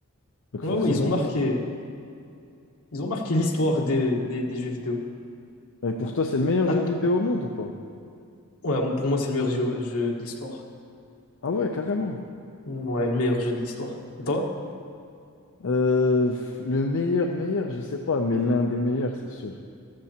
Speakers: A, on the left; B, on the left.
A: Donc
B: Ouais,
A: forcément
B: ouais, ils ont marqué,
A: ça...
B: ils ont marqué l'histoire des, des- des jeux vidéo.
A: Et pour toi, c'est le meilleur jeu
B: Att-
A: vidéo au monde ou pas?
B: ouais, pour moi, c'est le meilleur jeu, jeu de l'histoire.
A: Ah ouais, carrément.
B: Ouais, le meilleur jeu de l'histoire. Et toi?
A: Euh, pff, le meilleur, meilleur, je sais pas, mais l'un des meilleurs, c'est sûr.